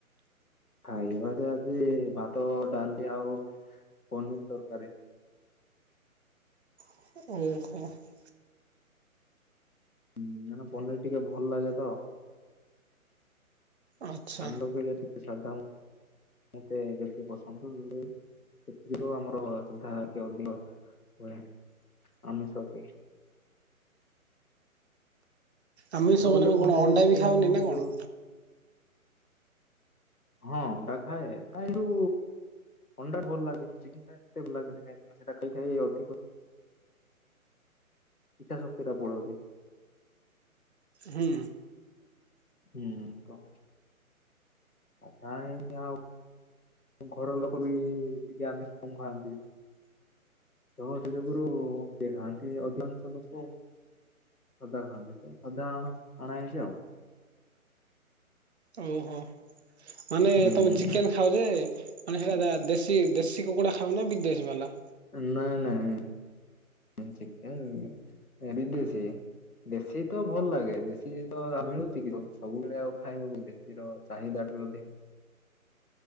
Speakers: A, on the left; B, on the right.
A: ଖାଇବାରେ ଆଜି ଭାତ ଡାଲି ଆଉ ପନିର ତରକାରୀ।
B: <unintelligible>
A: ହୁଁ କାରଣ ପନିର ଟିକେ ଭଲ ଲାଗେ ତ।
B: ଆଚ୍ଛା
A: <unintelligible> ଆମର କୋ ଟିକେ ସାାବଧ <unintelligible> ମତେ ବେଶୀ ପସନ୍ଦ ସେଥିରୁ ଆମର ସାଧା ଟିକେ ଅଧିକ। ବଢିଆ ଆମିଷ ଅପେକ୍ଷା।
B: ଆମିଷ
A: ବୋଲେ
B: ମାନେ କଣ
A: ସେ
B: ଅଣ୍ଡା
A: ଚିକେନ
B: ବି ଖାଅନି ନା କଣ?
A: ଯୋଉ ହଁ ଅଣ୍ଡା ଖାଏ କାଇଡୁ ଅଣ୍ଡା ଭଲ ଲାଗେ ଚିକେନ୍ ଟା ଏତେ ଭଲ ଲାଗେନି କାହିଁକିନା ସେଟା ଖାଇ ଖାଇ ଅଧିକ ଇଛା ଶକ୍ତିଟା ପଳଉଛି।
B: ହୁଁ।
A: ହୁଁ କହ। ଅଧା ହେଇନି ଆଉ। ଘରର ଲୋକ ବି ଟିକେ ଆମିଷ କମ ଖାଆନ୍ତି। ତ ସେ ଯୁଗୁରୁ ଦେ-ଖାଆନ୍ତି ଅଧିକାଂଶ ଲୋକ। ସାଧା ଖାଆନ୍ତି ତ ସାଧା ଆଣ- ଆଣା ହେଇଚି ଆଉ।
B: ଓହୋ ମାନେ
A: ହୁଁ
B: ତମ ଚିକେନ୍ ଖାଅ ଯେ ମାନେ ସେଇଟା ଦେଶୀ -ଦେଶୀ କୁକୁଡ଼ା ଖାଉନା ବିଦେଶୀ ବାଲା?
A: ନାଇଁ ନାଇଁ ଚିକେନ୍ ବିଦେଶୀ। ଦେଶୀ ତ ଭଲ ଲାଗେ ଦେଶୀ ତ ଆଉ ମିଳୁଚି କି ସବୁବେଳେ ଆଉ ଖାଇବ ବୋଲି ଦେ ଦେଶୀର ଚାହିଦାଟି ବି ଅଧିକା।